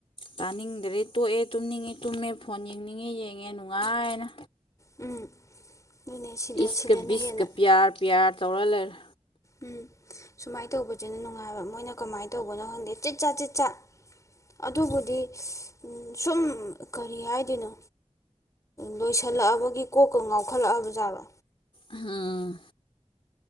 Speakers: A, on the left; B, on the left.
A: ꯇꯥꯅꯤꯡꯗ꯭ꯔꯦ ꯇꯣꯛꯑꯦ ꯇꯨꯝꯅꯤꯡꯉꯦ ꯇꯨꯝꯃꯦ ꯐꯣꯟ ꯌꯦꯡꯅꯤꯡꯉꯦ ꯌꯦꯡꯉꯦ ꯅꯨꯡꯉꯥꯏꯅ
B: ꯎꯝ ꯑꯗꯨꯅꯦ ꯁꯤꯗ
A: ꯏꯁꯀ
B: ꯁꯤꯗꯅ
A: ꯕꯤꯁꯀ
B: ꯍꯦꯟꯅ
A: ꯄꯤꯌꯥꯔ ꯄꯤꯌꯥꯔ ꯇꯧꯔ ꯂꯩꯔꯦ
B: ꯎꯝ ꯁꯨꯃꯥꯏ ꯇꯧꯕꯁꯤꯅ ꯅꯨꯡꯉꯥꯏꯕ ꯃꯣꯏꯅ ꯀꯃꯥꯏꯅ ꯇꯧꯕꯅꯣ ꯈꯪꯗꯦ ꯆꯤꯠ ꯆꯥꯠ ꯆꯤꯠ ꯆꯥꯠ ꯑꯗꯨꯕꯨꯗꯤ ꯁꯨꯝ ꯀꯔꯤ ꯍꯥꯏꯗꯣꯏꯅꯣ ꯂꯣꯏꯁꯜꯂꯛꯑꯕꯒꯤ ꯀꯣꯛꯀ ꯉꯥꯎꯈꯠꯂꯛꯑꯕ ꯖꯥꯠꯂꯣ
A: ꯑꯪ